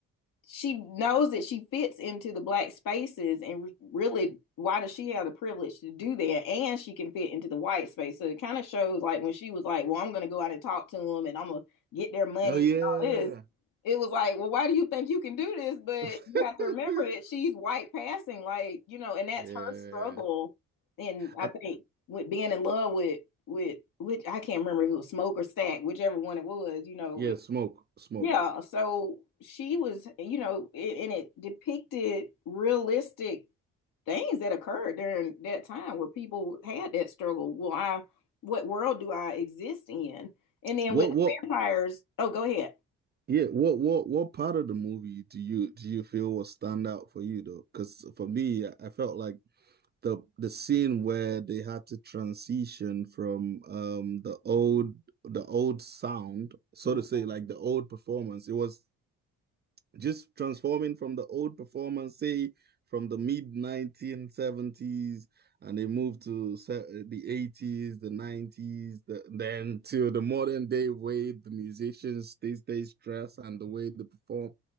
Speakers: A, on the left (about 65°); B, on the right (about 30°).
A: she knows that she fits into the black spaces and re- really why does she have the privilege to do that and she can fit into the white space so it kind of shows like when she was like well i'm gonna go out and talk to them and i'm gonna get their money
B: Oh
A: and
B: yeah,
A: all this it was like well why do you think you can do this but
B: <laughs>
A: you have to remember that she's white passing like you know and that's
B: yeah,
A: her struggle and i
B: I,
A: think with being in love with with which i can't remember if it was smoke or stack whichever one it was you know
B: yeah. Smoke, smoke.
A: yeah, so she was, you know, it, and it depicted realistic things that occurred during that time where people had that struggle. Well, I, what world do I exist in? And then
B: What,
A: with the
B: what?
A: vampires, oh, go ahead.
B: Yeah, what, what, what part of the movie do you do you feel will stand out for you though? Because for me, I I felt like the the scene where they had to transition from um the old the old sound, so
A: hmm
B: to say, like the old performance. It was. just transforming from the old performance, say from the mid 1970s, and they moved to the 80s, the 90s, the, then to the modern day way the musicians these days dress and the way they perform.